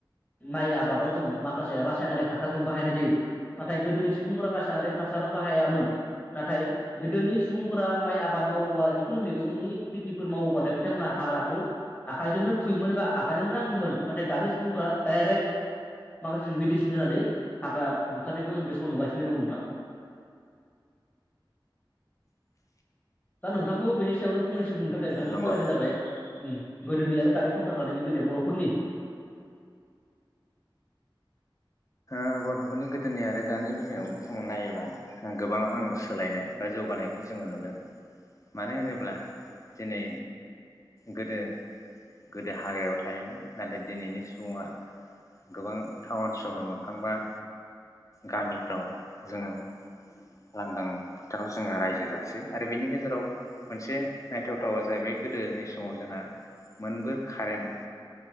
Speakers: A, on the left (about 20°); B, on the left (about 40°).
A: माइ आबादाव जों माखासे रासायनारिक हासारजों बाहायनाय जायो नाथाय गोदोनि सुबुंफोरा रासायनारिक हासार बाहायामोन नाथाय गोदोनि सुबुंफोरा माइ आबाद मावोबा जिखुनु मेगंनि खेथिफोर मावोबाथाय बिथांमोनहा हाग्राखौ आखाइजोंनो फुयोमोन बा आखाइजोंनो राङोमोन नाथाय दानि सुबुंफोरा डाइरेक्ट माखासे जों मिडिसिन होनानै हाग्रा बुथारनायखौ जों बे समआव नुगासिनो दं नोंथां। दा नोंथांखौबो बेनि सायावनो फंनै सो बुंनो थाखाय नोंथांखौ
B: नंगौ
A: खावलायनाय जाबाय। उम गोदोनि आरो दानि संसार जानायनि बेलायाव बर'फोरनि
B: बर'फोरनि गोदोनि आरो दानि बेलायाव ओं नायोब्ला गोबां आं सोलायनाय बा जौगानायखौ जोङो नुदों मानो होनोब्ला दिनै गोदो गोदो हाग्रायाव थायोमोन नाथाय दिनैनि सुबुङा गोबां टाउन सहर मोखांबा गामिफ्राव जोङो लांदां फोथाराव जोङो रायजो जासै आरो बिनि गेजेराव मोनसे नायथावथावा जाहैबाय गोदोनि समाव जोंहा मोनबो कारेन्ट